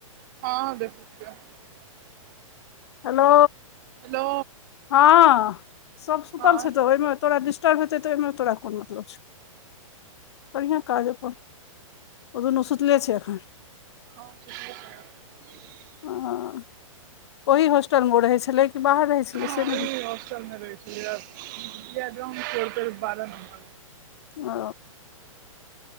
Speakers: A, on the right; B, on the left.
A: हँ <inaudible>
B: हेलो
A: हेलो
B: हँ सब
A: हँ
B: सुतल छै तऽ ओयमे तोरा डिस्टर्ब हेतै तऽ ऐमे तोरा कोन मतलब छौ बढ़ियाँ काज अपन ओ दुनू सुतले छै अखन।
A: हँ सुतले छै।
B: अँ ओही होस्टल मे ओ रहै छलै की बाहर रहै छलै
A: हँ
B: से नहि
A: ओही होस्टल मे रहै छलैये, येह ड्राम फोरटल बारह नंबर
B: ओ